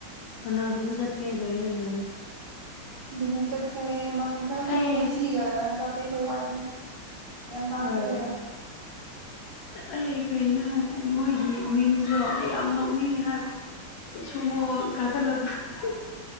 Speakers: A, on the left; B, on the right.
A: ꯔꯣꯅꯥꯂꯗꯣꯁꯨ ꯆꯠꯈꯔ꯭ꯦ ꯂꯣꯏꯔꯦ ꯂꯣꯏꯔꯦ
B: ꯑꯗꯨꯅ ꯆꯈ꯭ꯔꯦ ꯃꯥꯁ ꯃꯊꯪꯗꯤ
A: ꯑꯩ
B: ꯃꯦꯁꯤꯒ ꯑꯝꯕꯥꯄꯦ ꯈꯣꯏ ꯋꯥꯠꯂꯤ ꯌꯥꯝꯃꯥꯜ
A: ꯍꯣꯏ
B: ꯈꯣꯏꯒ
A: ꯍꯣꯏ ꯑꯩ ꯀꯔꯤꯅꯣ ꯃꯣꯏꯒꯤ ꯃꯤꯝꯁꯇꯣ ꯑꯩ ꯌꯥꯝ ꯅꯣꯛꯅꯤꯡꯉꯤ ꯍꯥꯏꯕ ꯁꯨꯝꯃꯨ ꯀꯥꯈꯠꯂꯛ <unintelligible>